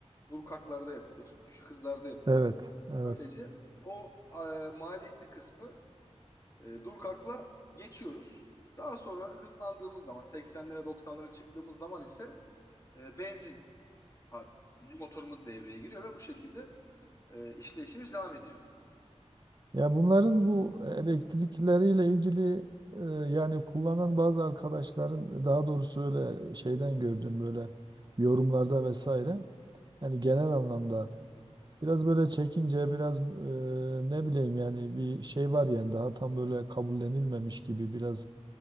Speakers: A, on the left; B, on the right.
A: Durkaklarda yapılır, düşük hızlarda yapılır.
B: Evet, evet.
A: Böylece o e, maliyetli kısmı e, durkakla geçiyoruz. Daha sonra hızlandığımız zaman 80'lere 90'lara çıktığımız zaman ise e, benzin adli motorumuz devreye giriyor ve bu şekilde e, işleyişimiz devam ediyor.
B: Ya bunların bu elektrikleriyle ilgili e, yani kullanan bazı arkadaşların daha doğrusu öyle şeyden gördüm böyle yorumlarda vesaire. Yani genel anlamda Biraz böyle çekince biraz e, ne bileyim yani bir şey var yani daha tam böyle kabullenilmemiş gibi biraz